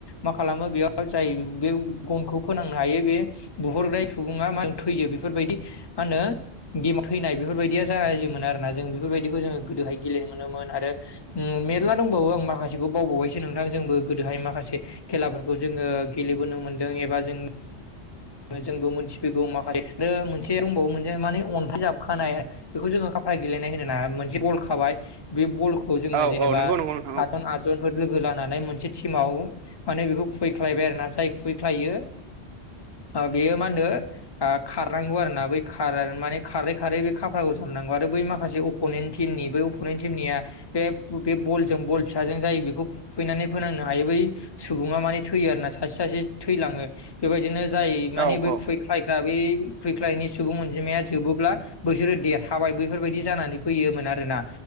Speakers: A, on the left; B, on the right.
A: मा खालामो बेयाव जाय बे गनखौ थायो बे बुहरनाय सुबुंआ थैयो बेफोरबायदि मा होनो गेमाव थैनाय बेफोरबायदिया जायोमोन आरोना जों बेफोरबायदिखौ जोङो गोदोहाय गेलेनो मोनोमोन आरो मेरला दंबावो आं माखासेखौ बावबावबायसो नोंथां जोंबो गोदोहाय माखासे खेलाफोरखौ जोङो गेलेबोनो मोनदों एबा जों जोंबो मोनथिबोगौ माखासे मोनसे दंबावो मोनसे माने अन्थाइ जाबखानाय बेखौ जोङो खाफ्रा गेलेनाय होनो ना मोनसे बल खाबाय बे बलखौ खौ जोङो
B: औ
A: जेनेबा
B: औ नंगौ नंगौ
A: सातजन
B: नोंथां औ
A: आत जनफोर लोगो जानानै मोनसे टिमाव माने बेखौ खुबैख्लायबाय आरो ना जाय खुबैख्लायो बेयो मा होनो खारनांगौ आरो ना बै खार माने खारै खारै बे खाफ्राखौ जाबनांगौ आरो बै माखासे अपनेन्ट टिमनि बे अपनेन्ट टिमनिया बे बे बलजों बल फिसाजों जाय बेखौ खुबैनानै फोनांनो हायो बै सुबुङा माने थैयो आरो ना सासे सासे थैलाङो बेबायदिनो जाय मानि
B: औ
A: बै खुबैख्लाय ग्रा बै खुबैख्लायनि सुबुं अनजिमाया जोबोब्ला बैसोरो देरहाबाय बैफोरबायदि जानानै फैयोमोन आरोना